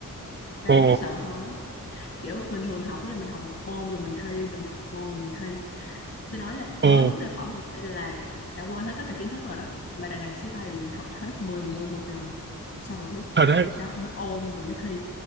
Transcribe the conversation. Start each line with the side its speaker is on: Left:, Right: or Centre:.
Left: nó
Right: ờ.
Left: đáng sợ hơn kiểu bình thường học á là mình học một môn rồi mình thi mình học một môn rồi mình thi tôi nói là mới
Right: Ồ,
Left: bước ra khỏi phòng thi là đã quên hết tất cả kiến thức rồi đó mà đằng này sĩ bay là nhìn học hết 10 môn một lần xong rồi mới
Right: thật đấy.
Left: đó mới ôn rồi mới thi